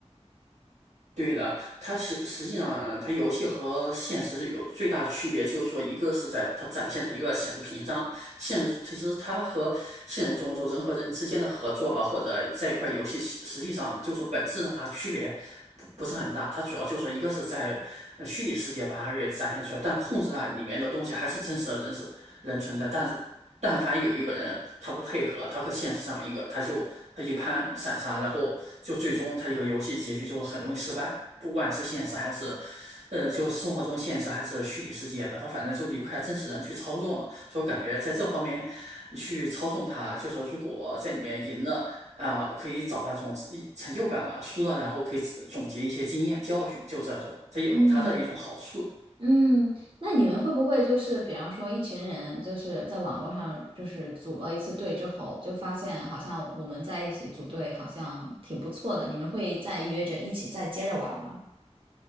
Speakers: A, on the right; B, on the right.
A: 对的，它实实际上，嗯，它游戏和现实是有最大区别，就是说，一个是在它展现在一个显示屏上，现实其实它和现实中就人和人之间的合作吧，或者在一块游戏，实实际上就是说本质上它区别不不是很大，它主要就是说一个是在呃虚拟世界把它给展现出来，但控制那里面的东西还是真实的人是人存在，但是但凡有一个人他不配合，他和现实上一个，他就他一盘散沙，然后就最终他一个游戏结局就是很容易失败，不管是现实还是，呃，就生活中现实还是虚拟世界的，他反正就离不开真实人去操作嘛。所以我感觉在这方面去操纵他，就说如果在里面赢了啊、可以找那种自成就感吧；输了，然后可以总结一些经验教训，就这种，这也有它的一种好处。
B: 嗯。嗯，那你们会不会就是，比方说一群人就是在网络上就是组了一次队之后，就发现好像我们在一起组队好像挺不错的，你们会再约着一起再接着玩吗？